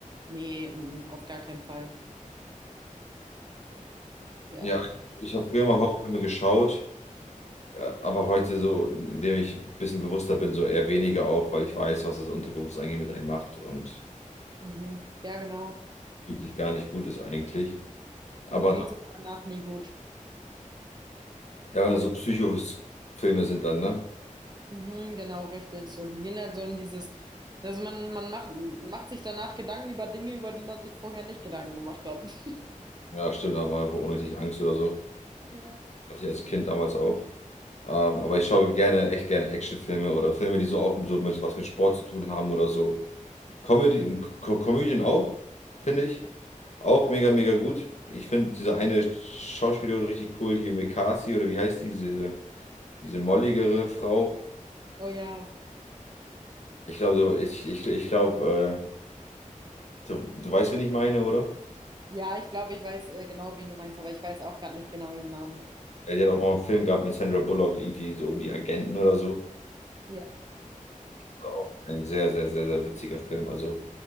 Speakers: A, on the right (about 30°); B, on the left (about 55°).
A: Nee, mm, mm, auf gar keinen Fall. Ja.
B: Ja, ich, ich habe früher mal Horrorfilme geschaut. Ja, Aber heute so, indem ich ein bisschen bewusster bin, so eher weniger auch, weil ich weiß, was das Unterbewusstsein eigentlich mit einem macht und
A: Mhm. Ja, genau.
B: wirklich gar nicht gut ist eigentlich. Aber
A: Mir ging es danach nie gut.
B: ja, wenn das so Psychofilme sind dann, ne?
A: Mhm, genau, richtig. So, die gehen halt so in dieses, also man, man macht, macht sich danach Gedanken über Dinge, über die man sich vorher nicht Gedanken gemacht hat. <laughs>
B: Ja, stimmt, da hat man einfach unnötig Angst oder so.
A: Ja.
B: Hatte ich als Kind damals auch. Ähm, aber ich schaue gerne, echt gerne Actionfilme oder Filme, die so auch so mit, was mit Sport zu tun haben oder so. Comedy, Co Komödien auch, finde ich. Auch mega, mega gut. Ich finde diese eine Schauspielerin richtig cool, hier Mekasi oder wie heißt die, diese, diese molligere Frau.
A: Oh ja.
B: Ich glaube, du- ich, ich, ich glaube, äh, du, du weißt, wen ich meine, oder?
A: Ja, ich glaube, ich weiß äh, genau, wen du meinst, aber ich weiß auch gerade nicht genau ihren Namen.
B: Ja, die hat auch mal einen Film gehabt mit Sandra Bullock, irgendwie so Die Agenten oder so.
A: Ja.
B: War auch Ein sehr, sehr, sehr, sehr witziger Film. Also